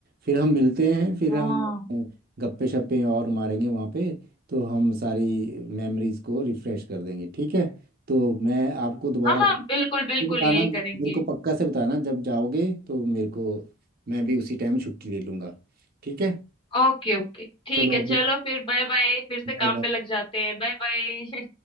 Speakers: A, on the right; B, on the left.
A: फिर हम मिलते हैं फिर
B: हाँ
A: हम अ, गप्पे शप्पे और मारेंगे वहाँ पे तो हम सारी मेमोरीज को रिफ्रेश कर देंगे ठीक है तो मैं आपको दोबारा
B: हाँ हाँ
A: कॉल-
B: बिल्कुल बिल्कुल
A: तो बताना
B: यही करेंगे
A: मेरे को पक्का से बताना जब जाओगे तो मेरे को मैं भी उसी टाइम छुट्टी ले लूँगा ठीक है
B: ओके ओके ठीक
A: चलो
B: है
A: अभी
B: चलो फिर बाय बाय फिर से
A: Bye
B: काम
A: bye
B: पे लग जाते हैं बाय बाय